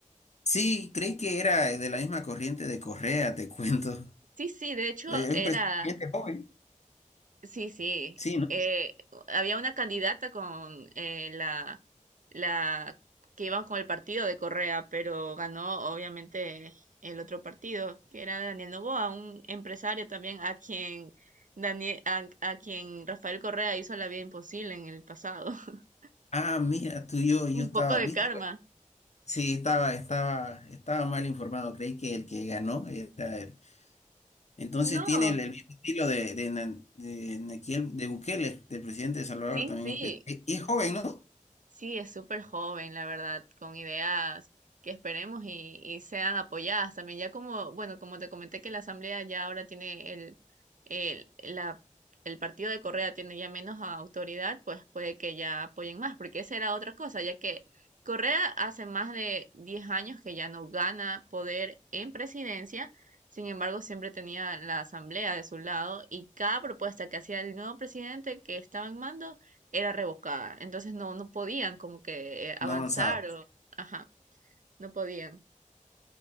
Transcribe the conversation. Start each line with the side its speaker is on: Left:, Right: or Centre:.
Left: sí, creí que era de la misma corriente de Correa, te cuento.
Right: Sí, sí, de hecho
Left: Eh,
Right: era,
Left: es un presidente joven,
Right: sí, sí,
Left: sí, ¿no?
Right: eh, había una candidata con eh, la, la que iban con el partido de Correa, pero ganó obviamente el otro partido, que era Daniel Noboa, un empresario también a quien Daniel, a, a quien Rafael Correa hizo la vida imposible en el pasado. <laughs>
Left: Ah, mira, tú y yo, yo
Right: Un
Left: estaba,
Right: poco de
Left: ¿viste?
Right: karma.
Left: güey. Sí, estaba, estaba, estaba mal informado, creí que el que ganó era él. Entonces
Right: No,
Left: tiene el, el mismo estilo de, de, Na- de Nayib de Bukele, del presidente de Salvador,
Right: sí,
Left: también
Right: sí,
Left: es, pre- e- es joven, ¿no?
Right: Sí, es súper joven, la verdad, con ideas que esperemos y, y sean apoyadas también. Ya como, bueno, como te comenté que la Asamblea ya ahora tiene el, el, la, el partido de Correa tiene ya menos autoridad, pues puede que ya apoyen más, porque esa era otra cosa, ya que Correa hace más de 10 años que ya no gana poder en presidencia, sin embargo, siempre tenía la Asamblea de su lado y cada propuesta que hacía el nuevo presidente que estaba en mando era revocada. Entonces no, no podían como que eh, avanzar
Left: No avanzaba.
Right: o, ajá, no podían